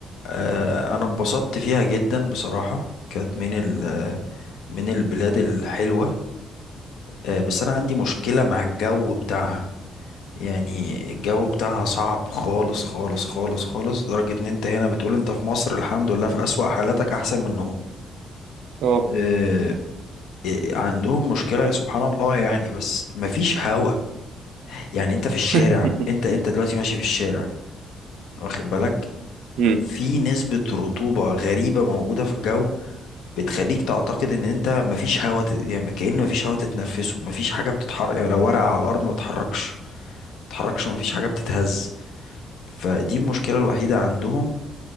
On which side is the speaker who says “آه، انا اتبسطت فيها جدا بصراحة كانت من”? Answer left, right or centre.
Left